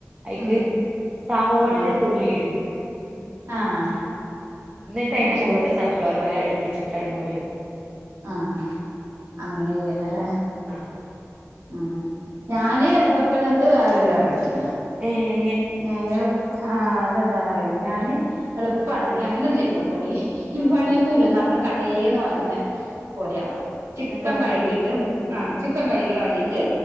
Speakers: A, on the right; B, on the right.
A: അയ്ക്ക്
B: ഉം
A: സാവോളന്റെ
B: ആഹ്
A: തൊലിയിടും
B: ആഹ്
A: എന്നിട്ട് അയ്ന്റെ
B: അത്
A: മുകളില്
B: ശരി
A: സൺഫ്ലവർ ഓയില് ച്ചിട്ട് അങ്ങ്ട് മൂടി വക്കും
B: ആഹ് അങ്ങനെ ചെയ്യണേല്ലേ
A: ആഹ്
B: ഉം ഞാന് വെക്കണത് വേറൊരു വെറൈറ്റിയാണ്
A: ഏഹ്
B: ഏഹ് എളുപ്പ ആഹ് അതെന്താന്നറിയോ ഞാന് എളുപ്പാണ് നീ അങ്ങനൊന്ന് ചെയ്ത് നോക്കേണ്ടീ ഈ
A: ആ
B: പണിയൊന്നുല്ല നമ്മള് കടേന്ന് വാങ്ങുന്ന പോലെയാവും ചിക്കൻ
A: ഞാൻ പറഞ്ഞത്
B: കഴുകിട്ട് ആഹ്
A: ആ
B: ചിക്കൻ കഴുകി വാരിട്ട്